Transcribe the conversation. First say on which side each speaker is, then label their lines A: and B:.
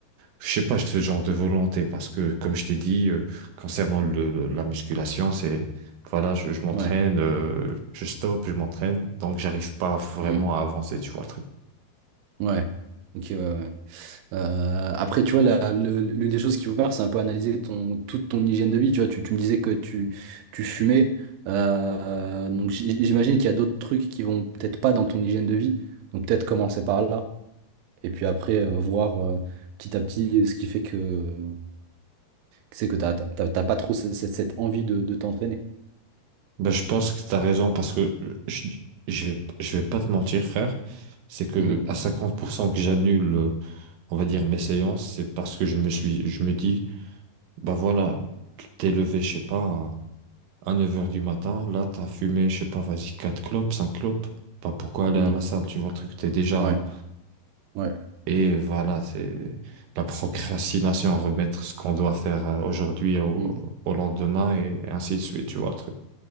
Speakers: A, on the right; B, on the right.
A: je sais pas ce genre de volonté parce que comme je t'ai dit euh, concernant le, le- la musculation c'est voilà je, je m'entraîne
B: Ouais.
A: euh, je stoppe je m'entraîne donc j'arrive pas vraiment
B: Hmm.
A: à avancer tu vois le truc
B: Ouais. Ok, ouais, ouais. Euh, après, tu vois, la- le- l'une des choses qu'il faut faire, c'est un peu analyser ton, toute ton hygiène de vie. Tu vois, tu, tu me disais que tu, tu fumais. Euh, donc, j- j'imagine qu'il y a d'autres trucs qui vont peut-être pas dans ton hygiène de vie. Donc, peut-être commencer par là. Et puis après, euh, voir euh, petit à petit ce qui fait que c'est que t'as, t'as, t'as- t'as pas trop cette, cette- cette envie de, de t'entraîner.
A: bah je pense que t'as raison parce que euh, je, je vais je vais pas te mentir frère c'est que
B: Mhm.
A: à 50% que j'annule euh, on va dire mes séances c'est parce que je me suis je me dis bah voilà tu t'es levé je sais pas À neuf heures du matin, là, t'as fumé, je sais pas, vas-y, 4 clopes, 5 clopes. Bah, pourquoi aller
B: Mhm.
A: à la salle? Tu vois, le truc, t'es déjà.
B: Ouais, ouais,
A: Et voilà, c'est la procrastination, remettre ce qu'on doit faire euh, aujourd'hui au,
B: Mhm.
A: au lendemain et ainsi de suite, tu vois, le truc.